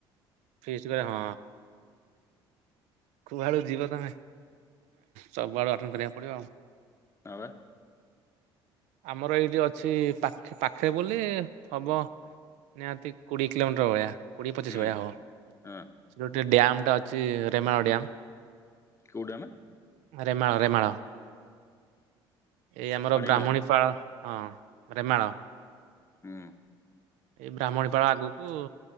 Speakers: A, on the right; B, on the left.
A: ଫିଷ୍ଟ୍ ଗରେ ହଁ। ଖୁବ ଆଳକୁ ଯିବ ତମେ ସବୁ ଆଳୁ ଆଟେଣ୍ଡ କରିବାକୁ ପଡ଼ିବ ଆଉ।
B: ହଁ ବା।
A: ଆମର ଏଇଠି ଅଛି ପାଖେ ପାଖେ ବୋଲି ହବ ନିହାତି କୋଡ଼ିଏ କିଲୋମିଟର ଭଳିଆ କୋଡ଼ିଏ ପଚିଶ
B: ହୁଁ
A: ଭଳିଆ ହବ।
B: ହଁ
A: ସେ ଗୋଟେ ଡ୍ୟାମ ଟା ଅଛି ରେମାଣ ଡ୍ୟାମ
B: କେଉଁଠି ଆମେ?
A: ଆରେ ମାଳ ମାଳ ଏଇ ଆମର
B: ପାଣି
A: ବ୍ରାହ୍ମଣୀ
B: ଡ୍ୟାମ
A: ପାଳ। ହଁ ମାଳ
B: ହୁଁ।
A: ଏଇ ବ୍ରାହ୍ମଣୀ ପାାଳ ଆଗକୁ